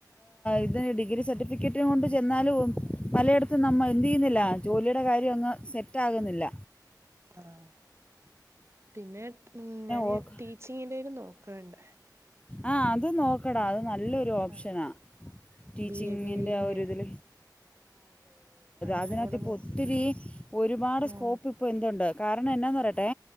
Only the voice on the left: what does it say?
ഇതിന് ഡിഗ്രി സർട്ടിഫിക്കറ്റ കൊണ്ട് ചെന്നാലും പലയിട അ നമ്മൾ എന്ത് ചെയ്യുന്നില്ല ജോലിയുടെ കാര്യം ഒന്നും സെറ്റ് ആകുന്നില്ല
ഓർക്ക്
ആ അത് നോക്കടാ നല്ലൊരു ഓപ്ഷനാ
ടീച്ചിങ്ങിൻ്റെ
ആ ഒരുരിതിൽ
അതിനകത്ത്
ഇപ്പോൾ
ഒത്തിരി ഒരുപാട്
സ്കോപ്പ് ഇപ്പോ എന്തുണ്ട് കാരണം എന്നന്താന്ന് പറയട്ടെ